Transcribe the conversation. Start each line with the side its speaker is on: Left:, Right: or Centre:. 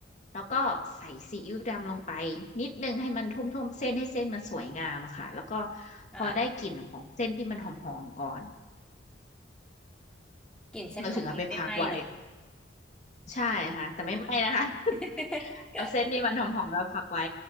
Left: แล้วก็ใส่ซีอิ๊วดำลงไปนิดนึงให้มันท่วมๆเส้นให้เส้นมันสวยงามอะค่ะแล้วก็
Centre: ค่ะ
Left: พอได้กลิ่นของเส้นที่มันหอมๆก่อน
Centre: กลิ่นเส้นหอมไม่ไม่ไหม้เนอะ
Left: เราถึงเอาไปพักไว้ ใช่ค่ะแต่ไม่ไหม้นะคะ <laughs>
Centre: <laughs>
Left: เอาเส้นที่มันหอมๆแล้วพักไว้